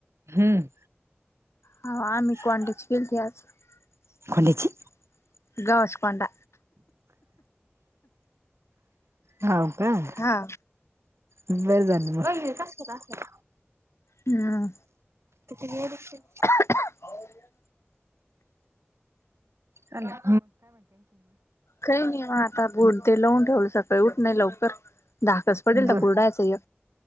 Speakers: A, on the right (about 85°); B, on the left (about 85°).
A: हम्म.
B: हो
A: <unintelligible>
B: आम्ही कोंड्याची केलती आज
A: खोल्याची
B: कोणाची गव्हाचा कोंडा.
A: हाव काय.
B: हा.
A: बर झालं मग.
B: हम्म
A: किती वेळ बसशील?
B: <unintelligible>
A: हॅलो!
B: काय नाही, आता भुण ते लावून ठेवलं, सकाळी उठ नाही लवकर धाकच पडेल ना
A: ब
B: कुरडायचंय.